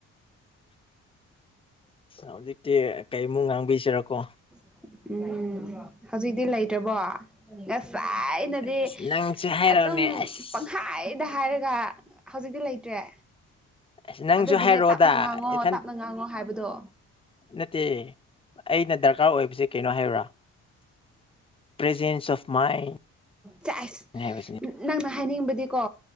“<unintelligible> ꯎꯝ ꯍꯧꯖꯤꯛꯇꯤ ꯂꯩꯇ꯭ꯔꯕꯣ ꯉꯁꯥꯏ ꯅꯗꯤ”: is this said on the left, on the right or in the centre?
Centre